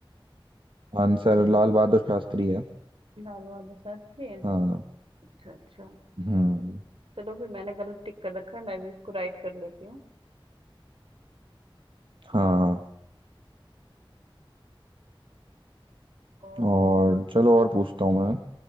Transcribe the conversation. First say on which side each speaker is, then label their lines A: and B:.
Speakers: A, on the right (about 65°); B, on the right (about 85°).
A: आंसर लाल बहादुर शास्त्री है
B: लाल बहादुर शास्त्री है
A: हाँ
B: अच्छा अच्छा
A: हम्म
B: चलो फिर मैंने गलत टिक कर रखा है मैं भी इसको राइट कर लेती हूँ
A: हाँ
B: और
A: और
B: फिर
A: चलो और पूछता हूँ मैं